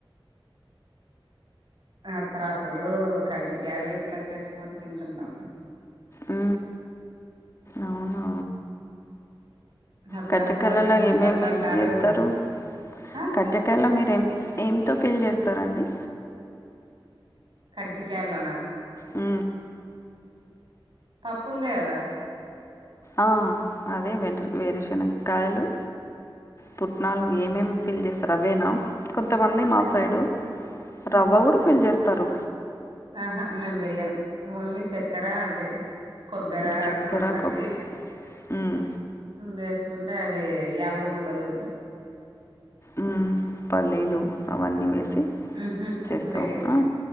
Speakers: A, on the right; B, on the left.
A: అత్రసలు కజ్జికయలు ఇట్లా చేసుకొని తింటున్నాం
B: ఉ అవున
A: అత్రసలు
B: కజ్జికాలలో
A: అంటే నిప్పట్లు
B: ఏమేమి
A: అంటారు
B: ఏస్ చేస్తారు
A: ఆ
B: కడ్జకాయలో మీరేం ఏం ఏంతో ఫిల్ చేస్తారండి
A: కజ్జికాల్లోన
B: ఆ
A: పప్పు ఉందే కదా
B: ఆ అదే వెరు వేరుశనకాయలు పుట్నాలు ఏమేం ఫిల్ చేస్తారు అవేనా కొంతమంది మా సైడు
A: అంతే
B: రవ్వ
A: ఉమ్
B: కూడా ఫిల్ చేస్తారు
A: ఆహా మేం వెయ్యం ఓన్లీ చక్కెర అవే కొబ్బెరా
B: చక్కెర,
A: తుడుంబట్టి
B: కొబ్ హ్మ్.
A: వేసుకుంటే అవి యాలగ బుడ్డలు
B: ఉమ్ పల్లీలు అవన్నీ వేసి
A: ఉహు
B: చేస్తావు
A: బెయ్యం
B: ఆ